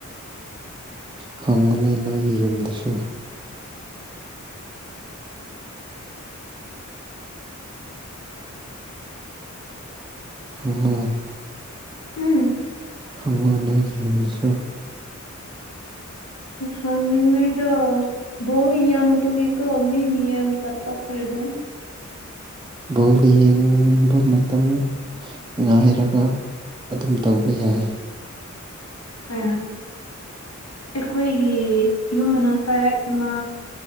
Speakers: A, on the right (about 15°); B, on the left (about 55°).
A: ꯈꯪꯒꯅꯤ ꯅꯣꯏꯒꯤ ꯌꯨꯝꯗꯁꯨ ꯎꯝ
B: ꯎꯝ
A: ꯍꯪꯉꯣ ꯅꯣꯏꯒꯤ ꯌꯨꯝꯂꯁꯨꯔ
B: ꯍꯪꯉꯤꯉꯩꯗꯣ ꯕꯣꯏꯡꯕꯒꯤꯀꯣ ꯃꯤ ꯃꯤ ꯌꯥꯝꯡ ꯆꯠꯊꯣꯛ ꯈꯗꯣ
A: ꯕꯣꯜ ꯌꯦꯡꯕ ꯃꯇꯝ ꯉꯥꯏꯔꯒ ꯑꯗꯨꯝ ꯇꯧꯕꯧꯕ ꯌꯥꯏ
B: ꯑ ꯑꯩꯈꯣꯏꯒꯤ ꯌꯨꯝ ꯃꯅꯥꯛꯇ ꯏꯃꯥ